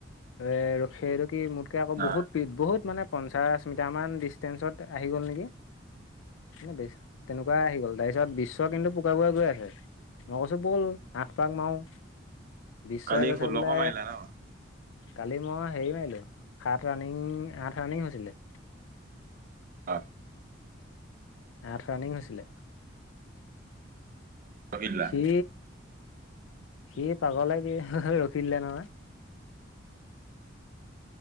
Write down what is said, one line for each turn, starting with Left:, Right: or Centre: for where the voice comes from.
Left: এ সেইটো কি মোতকে আকৌ বহুত
Right: অ অ
Left: বহুত মানে পঞ্চাশ মিটাৰ মান ডিচষ্টেন্ঞ্চত আহি গ'ল নেকি তেনেকুৱা আহি গ'ল তাৰপিছত বিশ্ব কিন্তু পোকাগুৱা গৈ আছে মই কৈছো বল অত পাক মাৰো বিশ্বই
Right: কালি
Left: গৈছে
Right: ষোল্লশ
Left: বোলে
Right: মাৰিলা ন
Left: কালি মই হেৰি মাৰিলো সাত ৰানিং আঠ ৰানিং হৈছিলে
Right: অ
Left: আঠ ৰাণিং হৈছিলে।
Right: ৰখিলা
Left: সি সি পাগলে কি ৰখিলে নহয়।